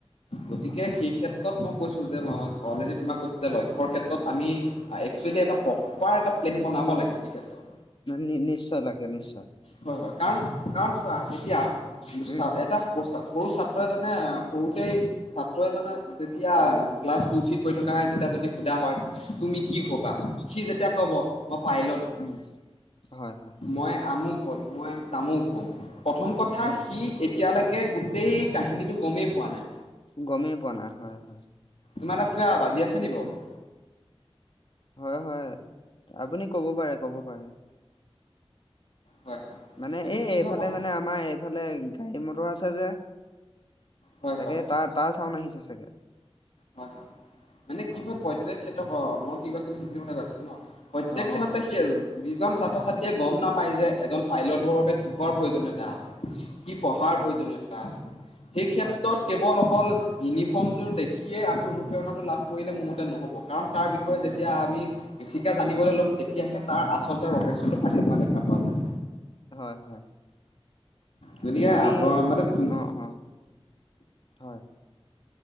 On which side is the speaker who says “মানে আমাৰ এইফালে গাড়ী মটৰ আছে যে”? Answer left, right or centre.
Left